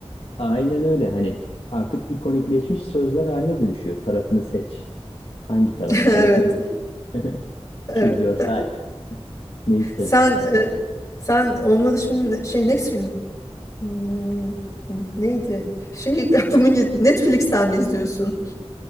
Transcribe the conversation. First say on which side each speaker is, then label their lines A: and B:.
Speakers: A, on the left; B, on the left.
A: Aynen öyle. Hani artık ikonikleşmiş sözler haline dönüşüyor. Tarafını seç. Hangi taraf?
B: <laughs>
A: Tarafını
B: Evet.
A: <laughs> choose
B: Evet.
A: your side. Neyse.
B: Sen e, sen onunla da şimdi şey Netflix Hmm, neydi? Şey <laughs> aklıma gitti. Netflix'ten mi izliyorsun?